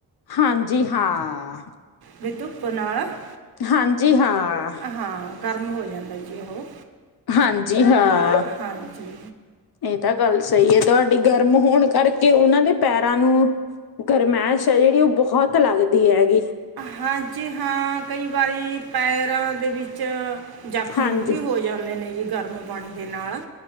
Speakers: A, on the left; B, on the right.
A: ਹਾਂਜੀ ਹਾਂ।
B: ਵਿਤੁਪ ਪੁਨਾਾਲ <unintelligible>
A: ਹਾਂਜੀ ਹਾਂ।
B: ਹਾਂ ਗਰਮ ਹੋ ਜਾਂਦਾ ਜੀ ਉਹ।
A: ਹਾਂਜੀ ਹਾਂ।
B: ਹਾਂਜੀ।
A: ਇਹ ਤਾਂ ਗੱਲ ਸਹੀ ਹੈ ਤੁਹਾਡੀ ਗਰਮ ਹੋਣ ਕਰਕੇ ਉਹਨਾਂ ਦੇ। ਪੈਰਾਂ ਨੂੰ ਗਰਮਾਇਸ਼ ਹੈ ਜਿਹੜੀ ਉਹ ਬਹੁਤ ਲੱਗਦੀ ਹੈਗੀ।
B: ਹਾਂਜੀ ਹਾਂ ਕਈ ਵਾਰੀ ਪੈਰਾਂ ਦੇ ਵਿੱਚ। ਜ਼ਖਮ
A: ਹਾਂਜੀ
B: ਵੀ ਹੋ ਜਾਂਦੇ ਨੇ ਜੀ ਗਰਮ ਪਾਣੀ ਦੇ ਨਾਲ।